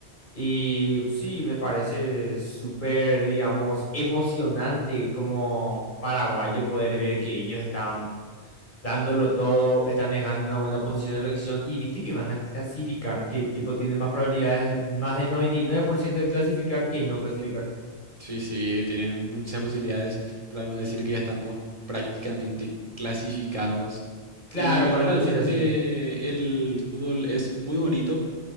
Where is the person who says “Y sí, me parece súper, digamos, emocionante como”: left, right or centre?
Left